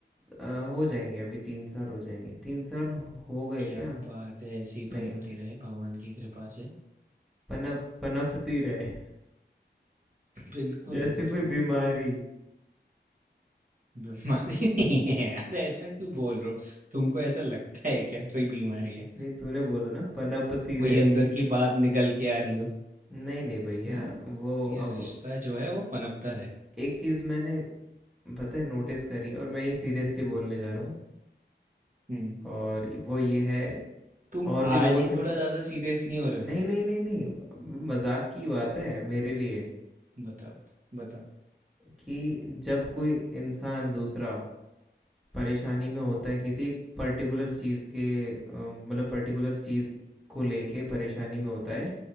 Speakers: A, in the centre; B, on the right.
A: अ, हो जाएंगे अभी तीन साल हो जाएंगे तीन साल हो हो गए
B: क्या
A: क्या
B: बात है ऐसी
A: नहीं
B: पनपती रहे भगवान की कृपा से
A: पनप पनपती रहे <laughs>
B: <laughs> बिल्कुल
A: जैसे
B: बिल्कुल
A: कोई बीमारी
B: बीमारी <laughs> नहीं है यार ऐसा क्यों बोल रहे हो तुमको ऐसा लगता है क्या कोई बीमारी है
A: नहीं तूने बोला ना पनपती
B: कोई
A: रहे
B: अंदर की बात निकल के आ रही हो
A: नहीं नहीं भैया
B: हाँ
A: वो
B: ये
A: अब
B: रिश्ता जो है वो पनपता रहे
A: एक चीज़ मैंने पता है नोटिस करी है और मैं ये सीरियसली बोलने जा रहा हूँ
B: हम्म
A: और वो ये है
B: तुम
A: और भी लोगों
B: आज ही
A: से
B: थोड़ा ज्यादा सीरियस नहीं हो रहे हो
A: नहीं नहीं नहीं नहीं मजाक की बात है मेरे लिए
B: बताओ बताओ
A: कि जब कोई इंसान दूसरा परेशानी में होता है किसी पर्टिकुलर चीज़ के अ, मतलब पर्टिकुलर चीज़ को लेके परेशानी में होता है